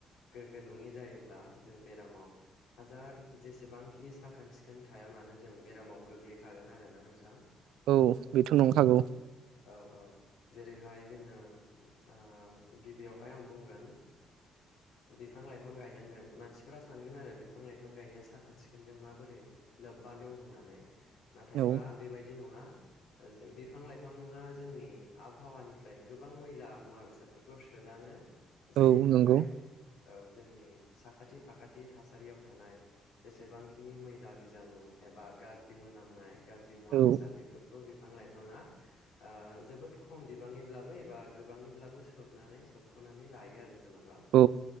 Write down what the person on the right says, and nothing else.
औ बेथ' नंखागौ।
औ
औ
नंगौ
औ
औ